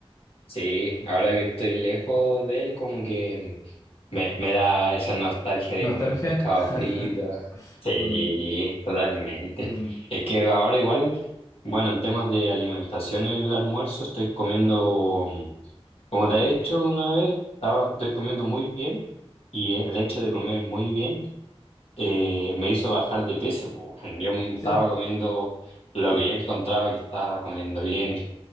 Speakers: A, on the left; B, on the left.
A: Sí, ahora que estoy lejos de él, como que me, me da esa nostalgia de
B: ¿Nostalgia?
A: comer un pescado frito.
B: <laughs>
A: Sí,
B: Mm,
A: totalmente.
B: mm,
A: Es que ahora igual, bueno, en temas de alimentación en el almuerzo estoy comiendo, mm, como te he dicho una vez, estaba- estoy comiendo muy bien y el hecho de comer muy bien eh, me hizo bajar de peso. po. Yo estaba
B: sí.
A: comiendo lo que yo encontraba que estaba comiendo bien,